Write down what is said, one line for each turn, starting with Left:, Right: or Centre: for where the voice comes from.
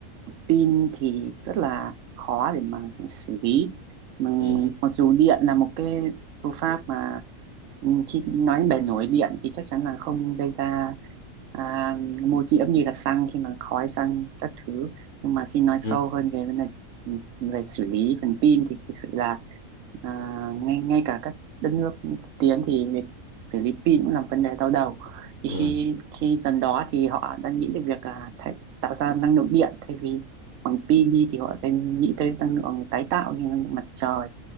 Right: pin thì rất là khó để mà xử lý mà,
Left: ừ
Right: mặc dù điện là một cái phương pháp mà ừ, khi nói bề nổi điện thì chắc chắn là không gây ra à, ô nhiễm như là xăng khi mà khói xăng các thứ nhưng mà khi nói sâu
Left: ừ
Right: hơn về vấn đề ừ, về xử lý phần pin thì thực sự là à, ngay ngay cả các đất nước tiên tiến thì việc xử lý pin cũng là vấn đề đau đầu thì
Left: ừ
Right: khi khi dần đó thì họ đang nghĩ đến việc à, thay, tạo ra năng lượng điện thay vì bằng pin đi thì họ đang nghĩ tới năng lượng tái tạo như năng lượng mặt trời